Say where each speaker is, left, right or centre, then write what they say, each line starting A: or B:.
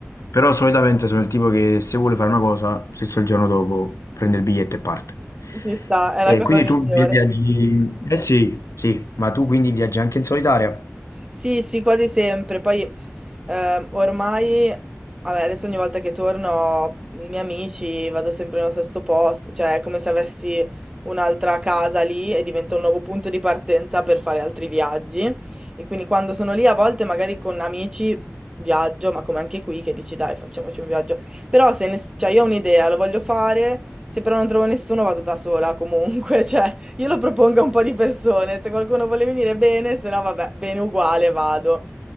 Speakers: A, on the left; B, on the right.
A: Però solitamente sono il tipo che se vuole fare una cosa, stesso il giorno dopo prende il biglietto e parte.
B: Ci sta, è
A: E
B: la cosa
A: quindi
B: migliore.
A: tu vi- viaggi... Eh sì, sì, ma tu quindi viaggi anche in solitaria?
B: Sì, sì, quasi sempre. Poi ehm, ormai, vabbè, adesso ogni volta che torno, i miei amici vado sempre nello stesso posto, cioè è come se avessi un'altra casa lì e diventa un nuovo punto di partenza per fare altri viaggi. E quindi quando sono lì a volte magari con amici viaggio, ma come anche qui che dici dai, facciamoci un viaggio. Però se ne- cioè, io ho un'idea, lo voglio fare, se però non trovo nessuno vado da sola comunque, <laughs> Io lo propongo a un po' di persone, se qualcuno vuole venire bene, se no vabbè, bene uguale vado.